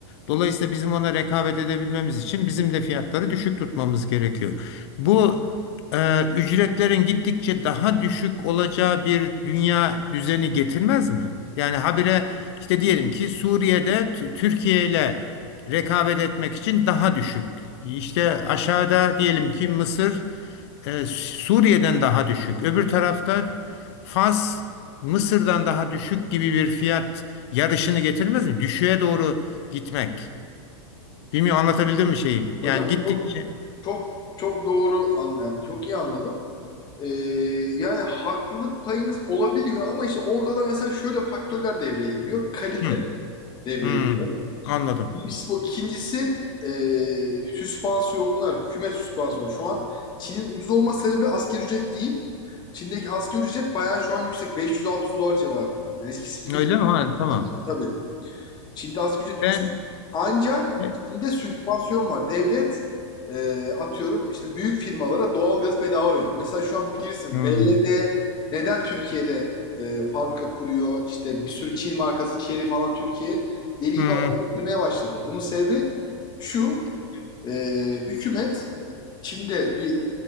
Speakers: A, on the left; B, on the left.
A: Dolayısıyla bizim ona rekabet edebilmemiz için bizim de fiyatları düşük tutmamız gerekiyor. Bu e, ücretlerin gittikçe daha düşük olacağı bir dünya düzeni getirmez mi? Yani habire işte diyelim ki Suriye'de T- Türkiye ile rekabet etmek için daha düşük. İşte aşağıda diyelim ki Mısır e, Suriye'den daha düşük. Öbür tarafta Fas Mısır'dan daha düşük gibi bir fiyat yarışını getirmez mi? Düşüğe doğru gitmek. Bilmiyorum anlatabildim mi şeyi?
B: Hocam
A: Yani gittikçe.
B: çok çok çok doğru an yani çok iyi anladım. Ee, yani haklılık payınız olabiliyor ama işte orada da mesela şöyle faktörler devreye giriyor. Kalite
A: Hı,
B: devreye
A: hı,
B: giriyor.
A: anladım.
B: Birincisi bu. İkincisi ee, süspansiyonlar, hükümet süspansiyonu. Şu an Çin'in ucuz olma sebebi asgari ücret değil. Çin'deki asgari ücret bayağı şu an yüksek. 500-600 dolar civarında. Yani eskisi gibi
A: Öyle mi? Ha, tamam.
B: çok- tabii. Çin'de asgari ücret yüksek.
A: Ben
B: Ancak
A: he,
B: Çin'de sübvansiyon var. Devlet e, atıyorum işte büyük firmalara doğalgaz bedava veriyor. Mesela şu an bilirsiniz
A: hı,
B: BYD neden Türkiye'de e, fabrika kuruyor? İşte bir sürü Çin markası Chery falan Türkiye deli
A: hı,
B: gibi araba getirmeye başladı. Bunun sebebi şu e, hükümet Çin'de bir